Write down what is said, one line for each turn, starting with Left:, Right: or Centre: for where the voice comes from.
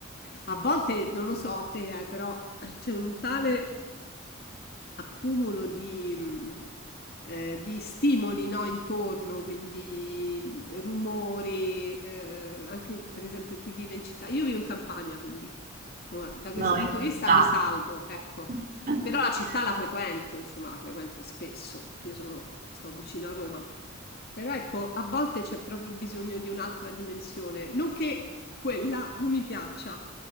Left: A volte, non lo so te, eh, però c'è un tale accumulo di, mh, eh, di stimoli, no, intorno, quindi mh, rumori, eh, anche per esempio chi vive in città. Io vivo in campagna, quindi insomma, da questo
Right: No,
Left: punto
Right: in
Left: di vista
Right: realtà.
Left: mi salvo, ecco.
Right: <laughs>
Left: Però la città la frequento, insomma, la frequento spesso, perché io sono, sto vicino a Roma. Però ecco, a volte c'è proprio bisogno di un'altra dimensione. Non che quella non mi piaccia,